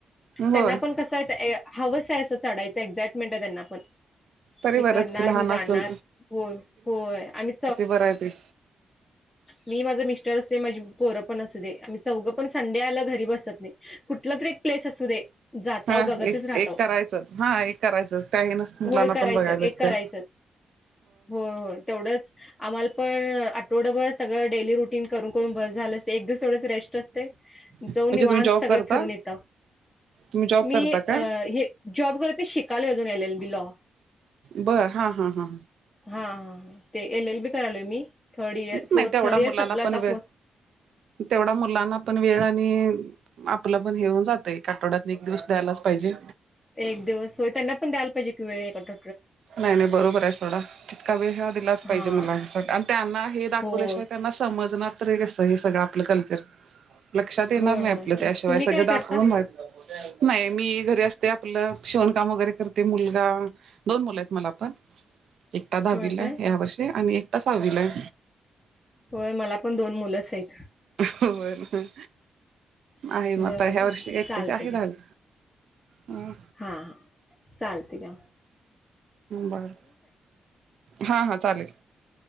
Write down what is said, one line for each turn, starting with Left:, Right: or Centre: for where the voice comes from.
Left: त्यांना
Right: होय
Left: पण कसं आहे हवंस आहे असं चढायचं एक्झाइटमेंट आहे त्यांना पण
Right: तरी
Left: मी
Right: बरंच
Left: करणार
Right: की लहान
Left: मी जाणार
Right: असून
Left: हो होय आम्ही
Right: बरय ते
Left: मी माझं मिस्टर अस दे माझी पोरं पण असू दे आणि चौघं पण संडे आला घरी बसत नाही कुठला तरी एक प्लेस असू दे जाता
Right: हा
Left: बघतच
Right: एक
Left: राहत
Right: एक करायचं हा एक करायचं त्या हेनच मुलांना
Left: होय करायचं
Right: पण बघायला भेटतय
Left: एक करायचं हो हो तेवढंच आम्हाला पण आठवडं भर सगळं डेली रुटीन करून करून बस झालं असते एक दिवस एवढंच रेस्ट असते जाऊन
Right: म्हणजे
Left: वान
Right: तुम्ही जॉब
Left: सगळं
Right: करता
Left: फिरून येतं.
Right: तुम्ही जॉब
Left: मी
Right: करता काय
Left: हे जॉब करते शिकाल अजून एल एल बी लॉ
Right: बर हा हा हा
Left: हा हा ते एल एल बी कलोय मी थर्ड इयर,
Right: नाही
Left: फोर्थ
Right: तेवढा
Left: थर्ड इयर
Right: मुलांना
Left: संपलं आता
Right: पण वेळ
Left: फोर्थ
Right: तेवढा मुलांना पण वेळ आणि आपलं पण हेऊन जातय एक आठवड्यात एक दिवस द्यायलाच पाहिजे
Left: एक दिवस होय त्यांना पण द्यायला पाहिजे की वेळ क
Right: नाही नाही बरोबर आहे सथोडा तितका वेळ हा दिलाच पाहिजे
Left: हां.
Right: मला ह्यासाठी आणि त्यांना हे दाखवल्याशिवाय
Left: होय.
Right: त्यांना समजणार कस हे सगळं आपलं कल्चर लक्षात येणार
Left: होय,
Right: नाही
Left: होय.
Right: आपलं
Left: मग
Right: त्याशिवाय
Left: तुम्ही
Right: सगळं
Left: काय
Right: दाखवून
Left: करता?
Right: नाही मी घरी असते. आपलं शेवणकाम वगैरे करते. मुलगा दोन मुलं आहेत मला आपण एकटा दहावीला
Left: होय काय?
Right: या वर्षी आणि एकटा सहावीलाय
Left: होय मला पण दोन मुलंच आहेत.
Right: होर आहे
Left: बरं,
Right: मता ह्या
Left: बरं.
Right: वर्षी एकट्याच
Left: चालतंय
Right: आहे झालं. ह
Left: हा चालते का
Right: बर हा हा चालेल.